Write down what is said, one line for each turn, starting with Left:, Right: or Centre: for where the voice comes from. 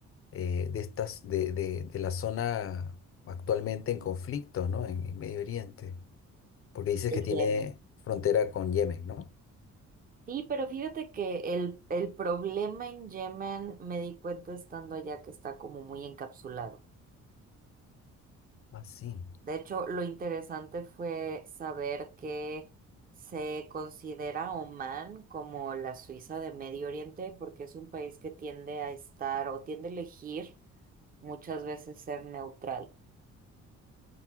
Left: eh, de estas, de, de, de la zona actualmente en conflicto, ¿no? En, en Medio Oriente, porque dices
Right: sí.
Left: que tiene frontera con Yemen, ¿no?
Right: Sí, pero fíjate que el, el problema en Yemen me di cuenta estando allá que está como muy encapsulado.
Left: Ah, sí.
Right: De hecho, lo interesante fue saber que se considera Omán como la Suiza de Medio Oriente porque es un país que tiende a estar o tiende a elegir muchas veces ser neutral.